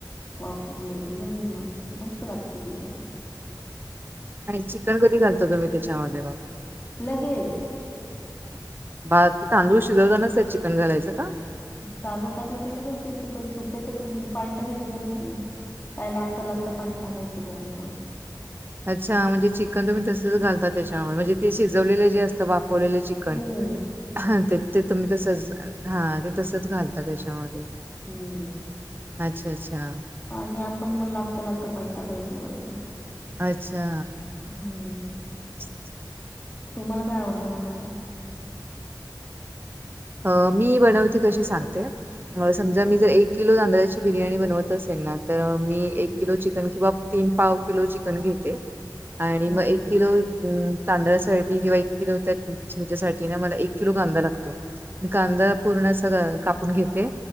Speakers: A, on the left; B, on the right.
A: वाफरून घ्यायची झाली मग मस्त लागते ति
B: आणि चिकन कधी घालतो तु म्ी त्याच्यामध्ये मग
A: लगेच
B: ब तांदूळ शिजवतानाच त्या चिकन घालायचं का
A: तांदूळ टाकले क लच ते चिकन सूप त्याच्यातच म्हणजे पाणी टाकायची गरज नाही काय लागतं लागतं पाणी टाकायचं गरम करून
B: अच्छा म्हणजे चिकन तुम्ही तसच घालता त्याच्यावर म्हणजे ते शिजवलेले जे असत वाफवले च
A: हम्म
B: हा ते ते तुम्ही तसच हा ते तसंच घालता त्याच्यामध्ये
A: हं.
B: अच्छा अच्छा
A: आणि आपण मग लागत लागतं पाणी टाकायचं वतो
B: अच्छा
A: हम्म
B: अस
A: तुम्हाला काय आवडंनवायला
B: अ मी बनवते कशी सांगते समजा मी जर एक किलो तांदळाची बिर्याणी बनवत असेल ना तर मी
A: हं.
B: एक किलो चिकन किंवा तीन पाव किलो चिकन घेते आणि
A: हं.
B: मग एक किलो तांदळासाठी किंवा एक किलो त्या िंच्यासाठीठी ना मला एक किलो कांदा लागतो मी कांदा पूर्ण अस कापून घेते